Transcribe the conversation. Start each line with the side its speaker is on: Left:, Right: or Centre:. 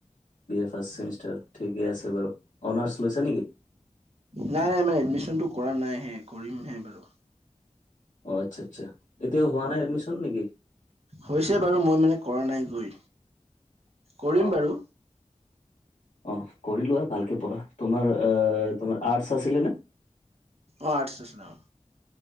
Left: B A first semester ঠিকে আছে বাৰু অনাৰ্চ লৈছে নেকি?
Right: নাই নাই মানে এডমিশনটো কৰা নাই হে কৰিম হে বাৰু
Left: অ আচ্ছা আচ্ছা এতিয়াও হোৱা নাই এডমিচন নেকি?
Right: হৈছে বাৰু মই মানে কৰা নাই গৈ কৰিম
Left: অ
Right: বাৰু
Left: অ কৰিলোৱা আৰু ভালকে পঢ়া। তোমাৰ আহ তোমাৰ আৰ্টছ আছিলে নে?
Right: অ', আৰ্টছ আছিলে অ'।